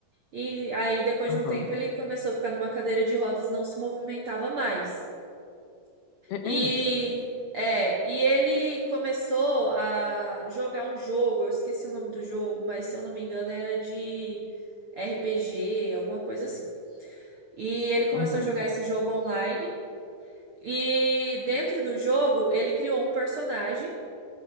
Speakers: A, on the right (about 60°); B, on the left (about 75°).
A: e aí depois
B: aham.
A: de um tempo ele começou a ficar numa cadeira de rodas, e não se movimentava mais.
B: É,
A: E
B: é,
A: é, e ele começou a jogar um jogo, eu esqueci o nome do jogo, mas se eu não me engano era de RPG, alguma coisa assim. E ele começou
B: uhum.
A: a jogar esse jogo online. E dentro do jogo, ele criou um personagem